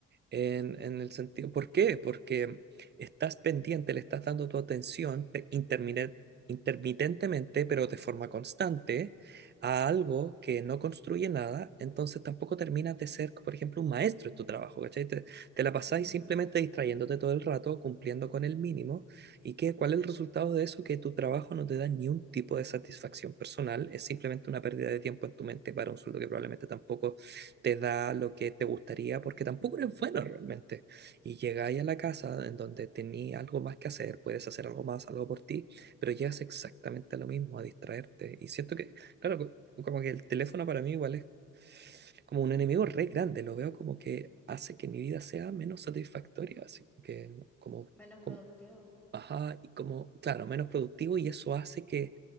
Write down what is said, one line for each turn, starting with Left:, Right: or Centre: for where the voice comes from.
Right: En, en el sentido, ¿por qué? Porque estás pendiente, le estás dando tu atención pe- intermine- intermitentemente, pero de forma constante, a algo que no construye nada, entonces tampoco terminas de ser, por ejemplo, un maestro en tu trabajo, ¿cachai? Te, te la
Centre: Ujú,
Right: pasáis simplemente distrayéndote todo el rato, cumpliendo con el mínimo, y qué, ¿cuál es el resultado de eso? Que tu trabajo no te da ni un tipo de satisfacción personal, es simplemente una pérdida de tiempo en tu mente para un sueldo que probablemente tampoco te da lo que te gustaría porque tampoco eres bueno realmente. Y llegáis a la casa en donde tenías algo más que hacer, puedes hacer algo más, algo por ti, pero llegas exactamente a lo mismo, a distraerte. Y siento que, claro, co- como que el teléfono para mí igual es como un enemigo re grande, lo veo como que hace que mi vida sea menos satisfactoria, así que como...
Centre: Menos
Right: como
Centre: productivo,
Right: Ajá, y como, claro, menos productivo y eso hace que